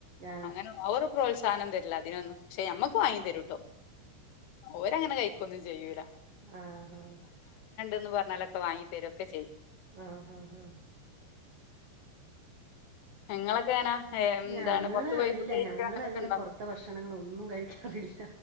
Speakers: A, on the right; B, on the left.
A: ആഹ്
B: അങ്ങനെ ഓവറ് പ്രോത്സാഹനം തരില്ല അതിനൊന്നും പക്ഷെ മ്മക്ക് വാങ്ങി തരൂ ട്ടോ ഒരങ്ങനെ കഴിക്കൊന്നും ചെയ്യൂല
A: ആ ആ
B: ഇന്ന് പറഞ്ഞാലൊക്കൊങ്ങി തരുംൊക്കെ ചെയ്യും
A: ആഹ് ആഹ് ആഹ്
B: നിങ്ങളൊക്കെ എങ്ങനാ എന്താണ്
A: ഞങ്ങള്
B: പുറത്തു പോയി
A: ഇല്ല
B: ഫുഡ് കഴിക്കുക
A: ഞങ്ങള്
B: അങ്ങനൊക്കെ
A: അങ്ങനെ
B: ഉണ്ടോ?
A: പുറത്തെ ഭക്ഷണങ്ങളൊന്നും കഴിക്കാറില്ല